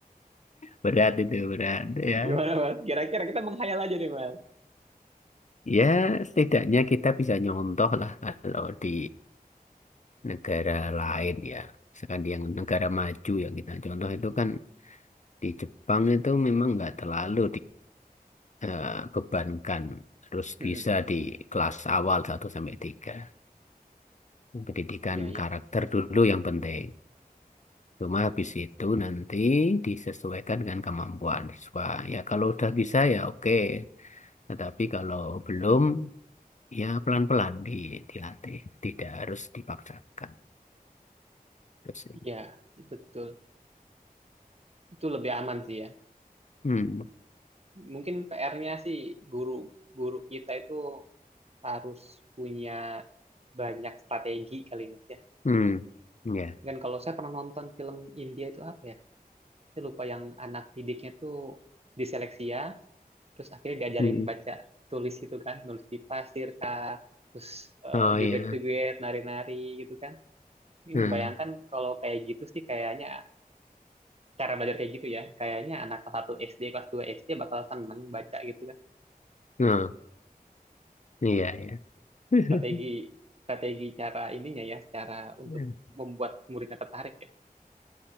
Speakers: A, on the left; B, on the right.
A: berat itu berat ya.
B: Gimana Mas? Kira-kira kita menghayal aja nih Mas.
A: Ya, setidaknya kita bisa nyontoh lah kalau di negara lain ya. Misalkan di yang negara maju yang kita contoh itu kan di Jepang itu memang nggak terlalu dibebankan harus
B: Mm-mm.
A: bisa di kelas awal satu sampai tiga Pendidikan
B: Iya, iya.
A: karakter dulu yang penting. Cuma habis itu nanti disesuaikan dengan kemampuan siswa. Ya kalau udah bisa ya oke. Tetapi kalau belum, ya pelan-pelan di, dilatih, tidak harus dipaksakan. Terus,
B: Iya, sih, betul. Itu lebih aman sih ya.
A: hmm,
B: Mungkin PR-nya sih guru guru kita itu harus punya banyak strategi kali Mas ya.
A: hmm, ya,
B: Kan kalau saya pernah nonton film India itu apa ya? Saya lupa yang anak didiknya tuh diseleksi ya, terus akhirnya diajarin
A: hmm.
B: baca tulis itu kan, nulis di pasir kah, terus eh,
A: Oh ya,
B: joget-joget, nari-nari gitu kan. Ini
A: hmm,
B: membayangkan kalau kayak gitu sih kayaknya cara belajar kayak gitu ya. Kayaknya anak kelas 1 SD, kelas 2 SD bakal seneng baca gitu kan.
A: oh, iya ya. <laughs>
B: strategi strategi cara ininya ya, cara untuk
A: Ya.
B: membuat muridnya tertarik ya.